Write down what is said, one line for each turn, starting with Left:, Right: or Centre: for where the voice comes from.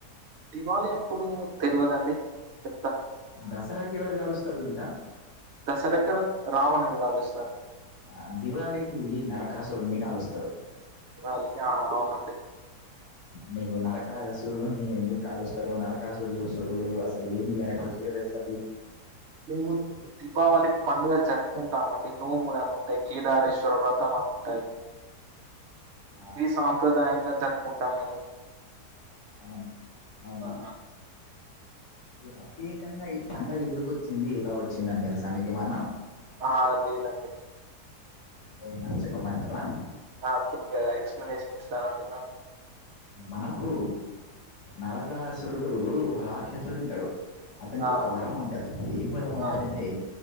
Right: దివాళి అప్పుడు తెలవదండి చె
Left: దసరాకి ఎవరి కాలుస్తారో తెలుసా
Right: దసరాకు రావణని కాలుస్తారు
Left: ఆ దివాళికి నరకాసురుడు కాలుస్తారు
Right: దివాళి కి ఆ అవునండి
Left: మీకు నరకా సూర్యుని ఎందుకు కాలుస్తారు నరకాసు సూర్యుడు అసలు ఏంది అనే ప్రొషీజర్ తెలుస
Right: మేము దీపావళి పండుగ జరుపుము కుంటామండి నోములు అని ఉంటాయి కేదారేశ్వర వ్రతం అని ఉంటాయి
Left: ఆ,
Right: ఇవి సాంప్రదాయంగా జరుపుకుంటాము మేము
Left: అన్నను అవును
Right: ఆ
Left: ఇక ప్రత్యేకంగా ఈ పండగ ఎందుకు వచ్చింది ఇలా వచ్చిందని తెలుసా మీకు ఏమన్నా
Right: ఆ లేదండి
Left: పోనీ నన్ను చెప్పమంటారా
Right: ఆ కొద్దిగా ఎక్స్ప్లెనేషన్ ఇస్తా అంట
Left: మనకు నరకాసురుడు ఒక రాక్షసుడు ఉంటాడు అతనికి
Right: ఆ
Left: ఒక వరం ఉంటది ఏం వరం ఉంటదింటే
Right: ఆ